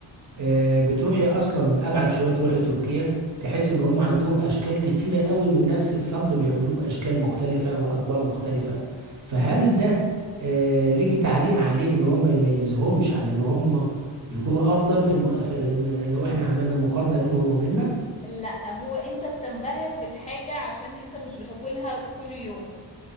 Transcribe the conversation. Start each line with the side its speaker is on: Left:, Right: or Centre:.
Right: آه، بتروحي اصلا ابعد شويه تروحي تركيا تحس ان هم عندهم اشكال كتيره قوي من نفس الصنف بيعملوه باشكال مختلفه واطباق مختلفه فهل ده آه، ليكي تعليق عليه ان هو ما يميزهمش عن ان هم يكونوا افضل في, الم... في لو احنا عملنا مقارنه بينهم وبيننا
Left: لا هو انت بتنبهر بالحاجة عشان انت مش بتاكلها كل يوم